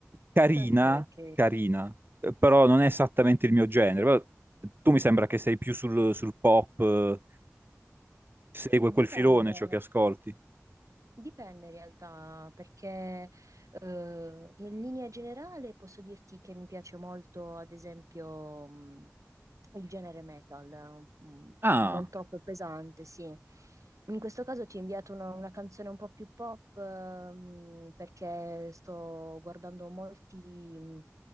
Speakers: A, on the right; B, on the right.
A: Carina,
B: ok, ok.
A: carina, eh, però non è esattamente il mio genere. Però eh, Tu mi sembra che sei più sul, sul pop, eh, segue quel
B: Dipende.
A: filone ciò che ascolti.
B: Dipende in realtà, perché eh, in linea generale posso dirti che mi piace molto, ad esempio, mh, il genere metal, mh,
A: Ah,
B: non troppo pesante, sì. In questo caso ti ho inviato una, una canzone un po' più pop, ehm, perché sto guardando molti mh,